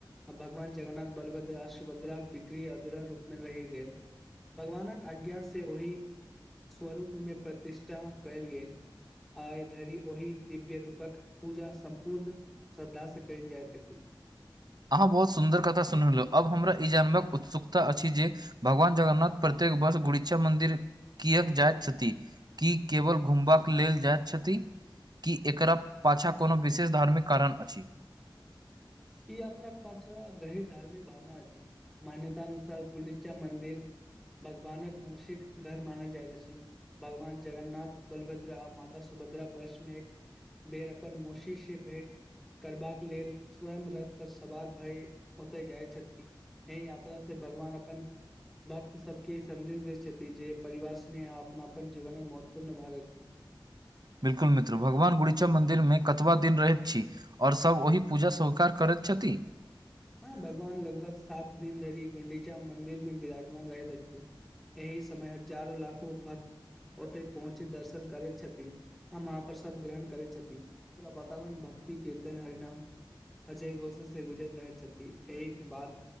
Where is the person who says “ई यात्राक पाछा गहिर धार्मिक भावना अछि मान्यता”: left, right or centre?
Centre